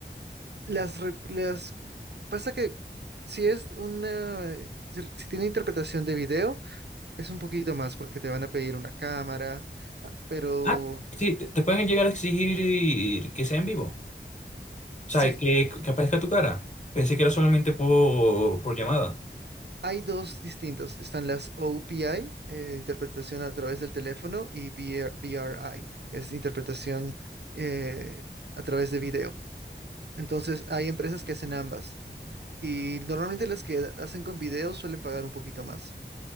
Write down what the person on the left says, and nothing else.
Ah, sí, te, te pueden llegar a exigir que sea en vivo. O
sea, que, que aparezca tu cara. Pensé que era solamente por, por llamada.